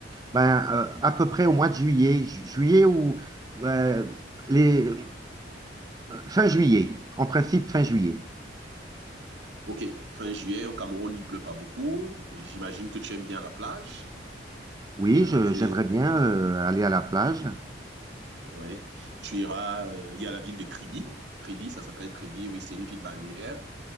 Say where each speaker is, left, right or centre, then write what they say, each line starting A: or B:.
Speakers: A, on the right; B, on the right.
A: Ben, euh, à peu près au mois de juillet, ju- juillet ou euh, les, fin juillet, en principe fin juillet.
B: Ok, fin juillet, au Cameroun, il pleut pas beaucoup. J'imagine que tu aimes bien la plage.
A: Oui,
B: Donc,
A: je-
B: euh,
A: j'aimerais bien euh, aller à la plage.
B: ouais, tu iras. euh, il y a la ville de Kribi. Kribi, ça s'appelle Kribi, oui, c'est une ville balnéaire.